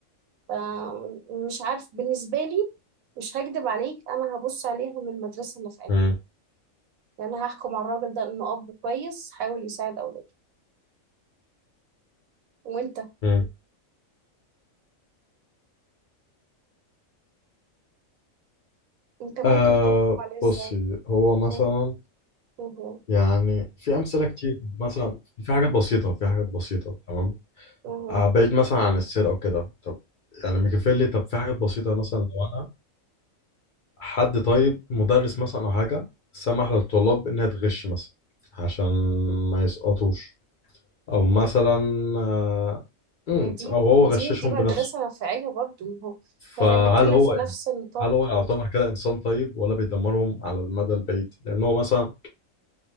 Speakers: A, on the right (about 85°); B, on the left (about 50°).
A: فمش عارف بالنسبة لي مش هكدب عليك أنا هبص عليها من المدرسة اللي في قلبي
B: مم.
A: يعني أنا هحكم على الراجل ده إنه أب كويس حاول يساعد أولاده وأنت
B: مم.
A: أنت ممكن
B: آه
A: تحكم عليه إزاي؟
B: بصي هو مثلا
A: مه- مه-
B: يعني في أمثلة كتير مثلا في حاجات بسيطة في حاجات بسيطة تمام
A: مه.
B: آه، بعيد مثلا عن السرقة وكده طب يعني ميكافيلي طب في حاجات بسيطة مثلا لو أنا حد طيب مدرس مثلا أو حاجة سمح للطلاب إنها تغش مثلا عشان ما يسقطوش أو مثلا آه، مم،
A: ما هي دي
B: أو هو
A: دي
B: غششهم
A: دي مدرسة
B: بنفسه
A: نفعية برضو ما هو
B: فهل
A: إحنا بنتكلم
B: هو
A: في نفس
B: يعني
A: النطاق
B: هل هو يعتبر كده إنسان طيب ولا بيدمرهم على المدى البعيد؟ لأن هو مثلا